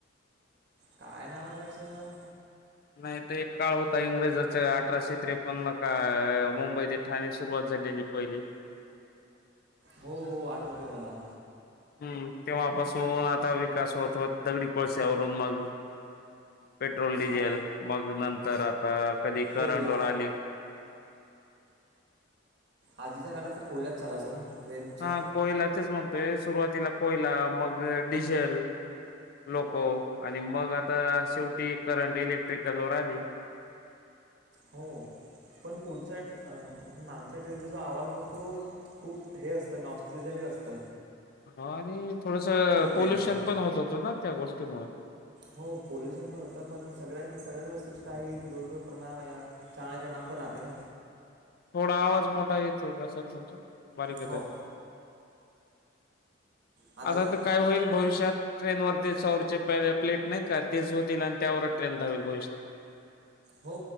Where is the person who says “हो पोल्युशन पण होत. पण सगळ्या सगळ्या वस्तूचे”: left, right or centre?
Right